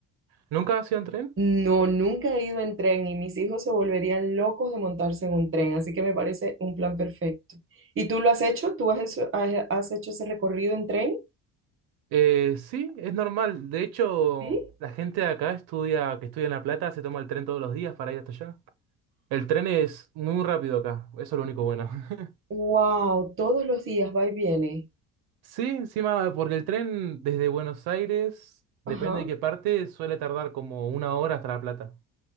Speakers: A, on the right (about 85°); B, on the right (about 35°).
A: ¿Nunca has ido en tren?
B: No, nunca he ido en tren y mis hijos se volverían locos de montarse en un tren, así que me parece un plan perfecto. ¿Y tú lo has hecho? ¿Tú has, hecho- has has hecho ese recorrido en tren?
A: Eh, sí, es normal. De hecho,
B: Sí.
A: la gente de acá estudia, que estudia en La Plata, se toma el tren todos los días para ir hasta allá. El tren es muy rápido acá, eso es lo único bueno. <laughs>
B: Wow, todos los días va y viene.
A: Sí, encima, porque el tren desde Buenos Aires, depende
B: Ajá.
A: de qué parte, suele tardar como una hora hasta La Plata.